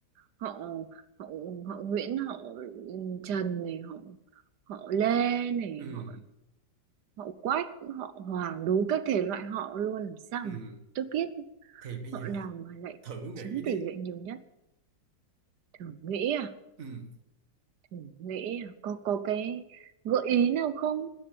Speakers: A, on the right; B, on the right.
A: Họ, họ, họ Nguyễn, họ Trần này, họ, họ Lê này,
B: ừm,
A: họ, họ Quách, họ Hoàng, đủ các thể loại họ luôn. Làm sao
B: ừm.
A: mà tôi biết
B: thì bây
A: họ
B: giờ
A: nào mà lại
B: thử
A: chiếm
B: nghĩ đi
A: tỷ lệ nhiều nhất. Thử nghĩ à,
B: Ừm,
A: thử nghĩ à, có, có cái gợi ý nào không?